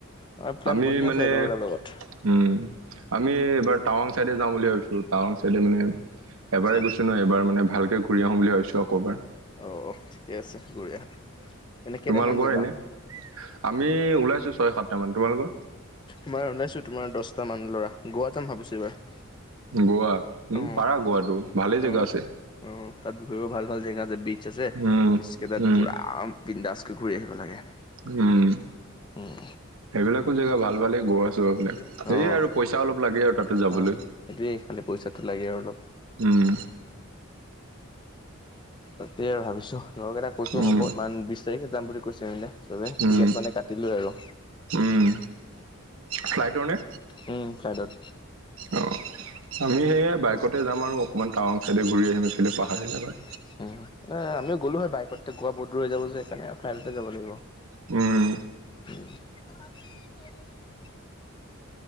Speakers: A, on the left (about 20°); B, on the right (about 75°).
A: আমাৰ প্লেন
B: আমি
A: বনি
B: মানে
A: আছে লগৰ
B: উম
A: এটাৰ লগত।
B: আমি এইবাৰ টাৱাং চাইডে যাওঁ বুলি ভাবিছো টাৱাং চাইডে মানে
A: আচ্ছা,
B: এবাৰে গৈছো ন এইবাৰ মানে ভালকে ঘূৰি আহো বুলি ভাবিছো আকৌ এবাৰ।
A: অ অ ঠিকে আছে ঘূৰি আহা। এনে কেইটামান
B: তোমালোকৰ
A: যাবা?
B: এনে? আমি ওলাইছো ছয় সাতটা মান, তোমালোকৰ?
A: আমাৰ ওলাইছো তোমাৰ দছটা মান ল'ৰা, গ'ৱা যাম ভাবিছো এইবাৰ।
B: গ'ৱা?
A: অ'।
B: উম পাৰা গ'ৱাটো ভালে
A: অ',
B: জেগা আছে।
A: অ তাত ঘুৰিবও ভাল ভাল জেগা আছে বিট আছে
B: উম
A: বিছ কেইতাত
B: উম
A: পুৰা বিন্দাছ কে ঘূৰি আহিব লাগে।
B: উম।
A: উম।
B: সেইবিলাকো জেগা ভাল-ভালে গ'ৱা চ'ৱাবিলাক।
A: অ',
B: সেইয়ে আৰু পইচা অলপ লাগে আৰু তাতে যাবলৈ,
A: অ', সেইটোৱেই খালি পইচাটো লাগে আৰু অলপ।
B: উম।
A: তাকে আৰু ভাবিছো লগৰ কেইটাক কৈছো
B: উম
A: হ'ব ইমান বিছ তাৰিখে যাম বুলি কৈছো <unintelligible> চবে
B: উম
A: টিকেট মানে কাটিলোয়ে আৰু।
B: উম ফ্লাইটৰ নে?
A: উম, ফ্লাইটত।
B: অ, আমি সেয়ে বাইকতে যাম আৰু অকমান টাৱং চাইডে ঘূৰি আহিম। এইফালে পাহাৰ
A: উম,
B: এলেকাত
A: উম-উম। এই আমিও গ'লো হয় বাইকতে গোৱা বহুত দূৰ হৈ যাব যে সেইকাৰণে ফ্লাইটতে যাব লাগিব।
B: উম।
A: উম। <unintelligible>